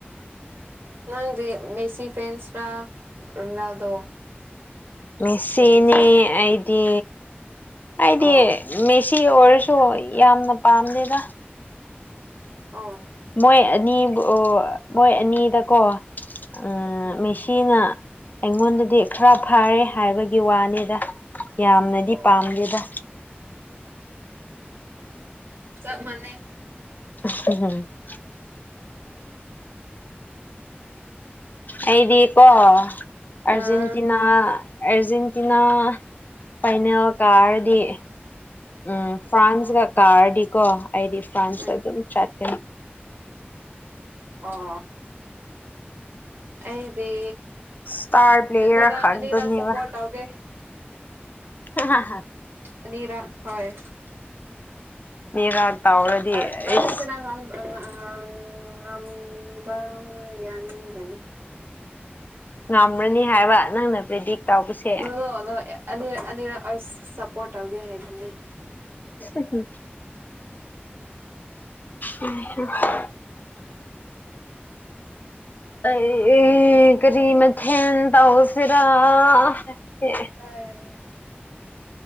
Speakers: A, on the right; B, on the left.
A: ꯅꯪꯗꯤ ꯃꯦꯁꯤ ꯐꯦꯟꯁꯔꯥ ꯔꯣꯅꯥꯜꯗꯣ
B: ꯃꯦꯁꯤꯅꯤ
A: ꯐꯦꯟꯁꯔꯥ
B: ꯑꯩꯗꯤ ꯑꯩꯗꯤ
A: ꯑꯣ
B: ꯃꯦꯁꯤ ꯑꯣꯏꯔꯁꯨ ꯌꯥꯝꯅ ꯄꯥꯝꯗꯦꯗ
A: <unintelligible>
B: ꯃꯣꯏ ꯑꯅꯤꯕꯨ ꯃꯣꯏ ꯑꯅꯤꯗꯀꯣ ꯎꯝ ꯃꯦꯁꯤꯅ ꯑꯩꯉꯣꯟꯗꯗꯤ ꯈꯔ ꯐꯥꯔꯦ ꯍꯥꯏꯕꯒꯤ ꯋꯥꯅꯤꯗ ꯌꯥꯝꯅꯗꯤ
A: ꯑꯣ
B: ꯄꯥꯝꯗꯦꯗ
A: ꯑꯣ ꯆꯞ ꯃꯥꯟꯅꯩ
B: <unintelligible> ꯑꯩꯗꯤ ꯀꯣ ꯑꯔꯖꯦꯟꯇꯤꯅꯥ
A: ꯎꯝ
B: ꯑ ꯑꯔꯖꯦꯟꯇꯤꯅꯥ ꯐꯥꯏꯅꯦꯜ ꯀꯥꯔꯗꯤ ꯎꯝ ꯐ꯭ꯔꯥꯟꯁꯀ ꯀꯥꯔꯗꯤꯀꯣ ꯑꯩꯗꯤ ꯐ꯭ꯔꯥꯟꯁꯇ
A: ꯎꯝ
B: ꯑꯗꯨꯝ ꯆꯠꯀꯅꯤ
A: ꯑꯣ ꯑꯩꯗꯤ
B: ꯏꯁꯇꯥꯔ ꯄ꯭ꯂꯦꯌꯔ
A: ꯑꯅꯤꯔꯛ
B: ꯈꯛꯇꯅꯦꯕ
A: ꯑꯅꯤꯔꯛ ꯁꯄꯣꯔꯠ ꯇꯧꯒꯦ
B: <unintelligible>
A: ꯑꯅꯤꯔꯛ ꯍꯣꯏ
B: <unintelligible>
A: ꯑꯔ
B: ꯑꯩꯁ
A: ꯑꯔꯖꯦꯟꯇꯤꯅꯥ ꯉꯝ <unintelligible> ꯉꯝꯕ ꯌꯥꯅꯤꯗꯅꯤ
B: ꯉꯝꯔꯅꯤ ꯍꯥꯏꯕ ꯅꯪꯅ ꯄ꯭ꯔꯤꯗꯤꯛ ꯇꯧꯕꯁꯦ
A: <unintelligible> ꯑꯅꯤꯔꯛ ꯑꯅꯤꯔꯛ ꯑꯩ ꯁꯞꯄꯣꯔꯠ ꯇꯧꯒꯦ ꯍꯥꯏꯕꯅꯦ
B: <inaudible> ꯎꯝ <unintelligible> ꯑꯩ ꯀ꯭ꯔꯤ ꯃꯊꯦꯟ ꯇꯧꯁꯤꯔꯥ <inaudible>
A: ꯍꯥꯏ